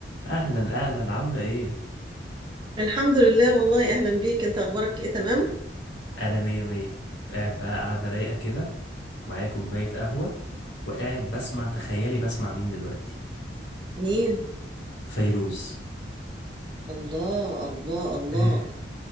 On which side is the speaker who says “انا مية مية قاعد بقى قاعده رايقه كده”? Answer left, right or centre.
Left